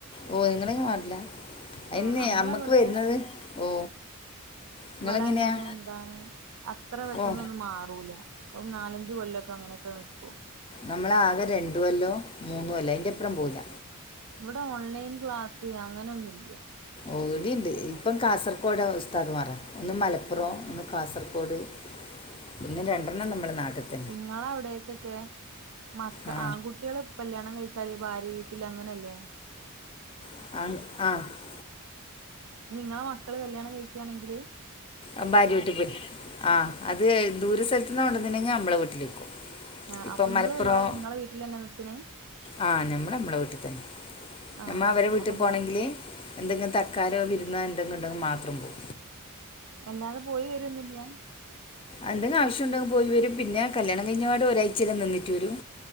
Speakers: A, on the left; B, on the right.
A: ഓ നിങ്ങങ്ങെ മാറില്ല എന്നെ
B: ആഹ് നമ്മളവിടെ
A: അമ്മക്ക് വരുന്നത് ഓ നിങ്ങളെങ്ങനെയാ
B: ഇവിടെ അങ്ങനെ എന്താണ് അത്ര പെട്ടന്നോന്നും
A: ഓ
B: മാറൂല ഓം നാലഞ്ച് കൊല്ലൊക്കെ അങ്ങനെക്കെ നിക്കും.
A: നമ്മള് ആകെ രണ്ടുകൊല്ലോ, മൂന്നുകൊല്ലോ, അയിന്റെപ്പറം പോവുല്ല.
B: ഇവടെ ഓൺലൈൻ ക്ലാസ് അങ്ങനൊന്നുംല്ല്യ.
A: ഓവ്ടിണ്ട് ഇപ്പം കാസർഗോഡ് ഉസ്താദ്മാർ ഒന്ന് മലപ്പുറം
B: ആഹ്
A: കാസർഗോഡ് പിന്നെ രണ്ടെണ്ണം നമ്മളെ നാട്ടിത്തെന്നേ.
B: ഇങ്ങളവിടേക്കൊക്കെ മക്ക
A: ആ
B: ആൺകുട്ടികള് കല്യാണം കഴിച്ചാല് ഭാര്യ വീട്ടില് അങ്ങനെല്ലേ?
A: <unintelligible>
B: ഞി ഇങ്ങളെ മക്കള് കല്യാണം കഴിക്കാണെങ്കില്
A: അഭാര്യ വീട്ടിൽ പോയ് ആ അത് ദൂര സ്ഥലത് ന്ന കൊണ്ടന്നണ്ടെങ്കിൽ നമ്മളെ വീട്ടിൽ നിക്കും.
B: ആ
A: ഇപ്പൊ
B: അപ്പൊ
A: മലപ്പുറം
B: നിങ്ങള് നിങ്ങളെ നിങ്ങളെ വീട്ടിൽ തന്നെ നിക്കണേ
A: ആ നമ്മള് നമ്മള വീട്ടിൽ തന്നെ.
B: ആ
A: നമ്മ
B: ആ
A: അവരെ വീട്ടിൽ
B: അപ്പൊ നിങ്ങ
A: പോണെങ്കില് എന്തെങ്കി തക്കാരോ വിരുന്നോ എന്തെങ്കിണ്ടെങ്കി മാത്രം പോകും.
B: എല്ലാതെ പോയി വരോന്നുല്ല്യ?
A: എന്തെങ്കും ആവശ്യംണ്ടെങ്കിൽ പോയി വരും പിന്നെ കല്യാണം കഴിഞ്ഞപാട് ഒരാഴ്ചക്കെ നിന്നിട്ട് വരും.